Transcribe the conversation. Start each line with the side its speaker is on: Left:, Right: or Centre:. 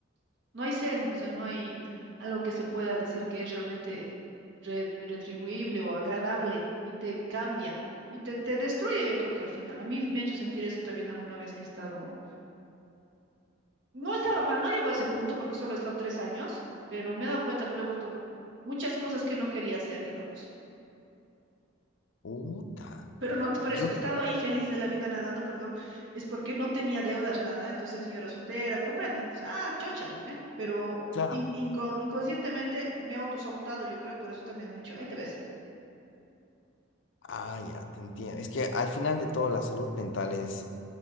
Right: no hay zen, o sea, no hay algo que se pueda decir que es realmente re- retribuible o agradable y te cambia y te, te destruye, yo creo que al final. A mí me ha hecho sentir eso también alguna vez que he estado, no estaba mal, no llegó a ese punto porque solo he estado tres años, pero me he dado cuenta que me he vuelto muchas cosas que no quería hacer, digamos.
Left: Puta.
Right: Pero no, por
Left: Yo,
Right: eso, he estado ahí feliz de la vida nadando, perdón, es porque no tenía deudas, nada, entonces yo era soltera, ¿comprendes? Entonces, ah, chocha, ¿no ve? Pero
Left: claro.
Right: in- inco- inconscientemente me he autosabotado, yo creo, por eso también han dicho, ahí te ves.
Left: Ah, ya, te entiendo. Es que al final de todo la salud mental es,